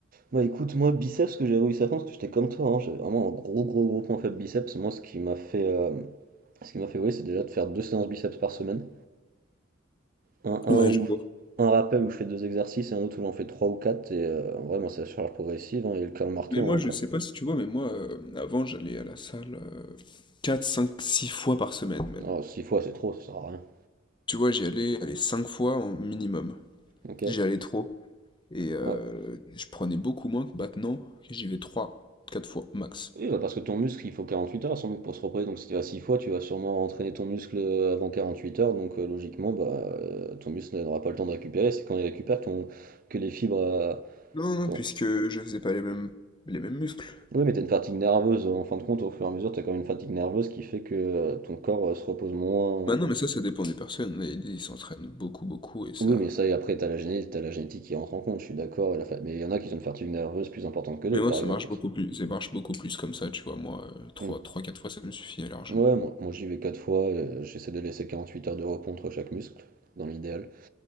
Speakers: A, on the right; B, on the left.
A: Bah écoute, moi biceps, ce que j'ai réussi à faire, parce que j'étais comme toi, hein, j'avais vraiment un gros gros gros point faible biceps. Moi, ce qui m'a fait, euh, ce qui m'a fait, ouais, c'est déjà de faire deux séances biceps par semaine. Un, un
B: hein. Ouais,
A: où
B: je vois.
A: un rappel où je fais deux exercices et un autre où j'en fais trois ou quatre. Et euh, en vrai, moi, c'est la charge progressive hein, et le curl marteau.
B: Mais moi,
A: Hein, le
B: je
A: curl.
B: sais pas si tu vois, mais moi, euh, avant, j'allais à la salle euh, 4, 5, 6 fois par semaine même.
A: Alors, six fois, c'est trop, ça sert à rien.
B: Tu vois, j'y allais, allez, 5 fois au minimum.
A: Ok.
B: J'y allais trop. Et euh,
A: Ouais.
B: je prenais beaucoup moins que maintenant, que j'y vais 3, 4 fois max.
A: Oui, bah parce que ton muscle, il faut 48 heures à son muscle pour se reposer. Donc si tu vas 6 fois, tu vas sûrement entraîner ton muscle avant 48 heures. Donc euh, logiquement, bah, euh, ton muscle n'aura pas le temps de récupérer. C'est quand il récupère ton... que les fibres... euh,
B: Non, non,
A: quand-
B: puisque je faisais pas les mêmes, les mêmes muscles.
A: Oui, mais tu as une fatigue nerveuse. hein. En fin de compte, au fur et à mesure, tu as quand même une fatigue nerveuse qui fait que euh, ton corps euh, se repose moins.
B: Bah non, mais ça, ça dépend des personnes. Il y a des- ils s'entraînent beaucoup, beaucoup et ça.
A: Oui, mais ça, et après, tu as la génétique, t'as la génétique qui rentre en compte, je suis d'accord. et la fa- Mais il y en a qui ont une fatigue nerveuse plus importante que d'autres,
B: Mais moi,
A: par
B: ça
A: exemple.
B: marche beaucoup plus. Ça marche beaucoup plus comme ça, tu vois. Moi, euh, trois
A: Mm.
B: trois 4 fois, ça me suffit largement.
A: Ouais, moi, moi, j'y vais 4 fois. euh, J'essaie de laisser 48 heures de repos entre chaque muscle, dans l'idéal.